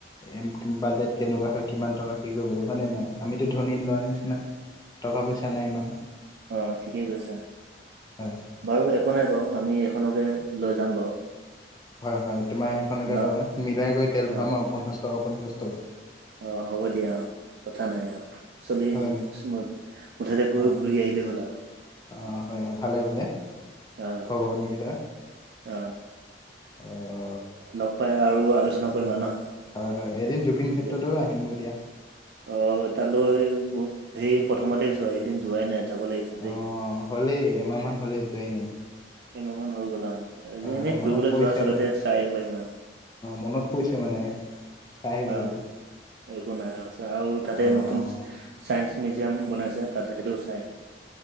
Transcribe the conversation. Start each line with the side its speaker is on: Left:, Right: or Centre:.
Left: এ বাজেট কেনেকুৱা হয় কিমান টকা কি কৰিব ল হয় নে নাই আমিতো ধনী লোৱাৰ নিচিনা টকা পইচা নাই ইমান
Right: অ', ঠিকে কৈছে
Left: হয়
Right: বাৰু একো নাই বাৰু আমি এখনকে লৈ যাম বাৰু
Left: হয় হয় তোমাৰ সেইখনকে
Right: ন
Left: লবা মিলাই কৰি তেল
Right: অ
Left: ভৰা আম পঞ্চাছ টকা পঞ্চাছ টকা।
Right: অ', হ'ব দিয়া অ' কথা নাই অ' চলি
Left: হয়নে
Right: আহিমত
Left: নাই
Right: মুঠতে গৈ
Left: অ
Right: ঘূৰি আহিলে হ'ল আৰু
Left: অ', হয় ভালে বোলে
Right: উম, অ
Left: ভগৱানৰ কৃপাত
Right: অ
Left: <inaudible>
Right: লগ পাই আৰু আলোচনা কৰিম আৰু ন
Left: হয় হয় এদিন জুবিন ক্ষেত্ৰতো
Right: দিয়া
Left: আহিম গৈ দিয়া।
Right: অ', তালৈ সেই প্ৰথমতে যোৱা সেইদিন যোৱাই নাই যাব লাগিছিল
Left: অ
Right: দেই
Left: হ'লেই এমাহমান হ'লে যোৱাই নাই।
Right: কেইমাহ মান হৈ গ'ল আৰু
Left: হয়
Right: এ এনেই
Left: হয় মনত
Right: ফুৰিবলৈ
Left: পৰিছে
Right: যোৱাৰ চগাতে
Left: মানে
Right: চাই পাৰিম আৰু
Left: মনত পৰিছে মানে চাই আহিব
Right: অ
Left: লাগিব।
Right: একো নাই আৰু তাতে
Left: অ
Right: নতুন
Left: অ
Right: চাইন্ঞ্চ মিউজিয়াম বনাইছে তাতে সেইটো চাই আহিম